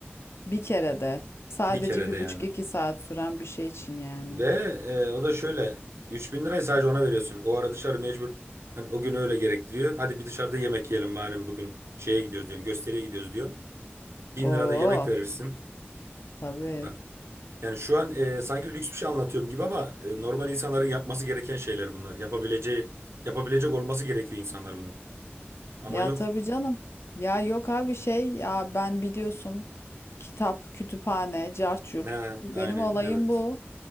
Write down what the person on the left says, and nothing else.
Bir kere de sadece
bir
buçuk iki saat süren bir şey için yani.
Oo
tabii.
Ya
tabii canım. Ya yok abi şey ya ben biliyorsun kitap, kütüphane, cart curt.
Benim
olayım
bu.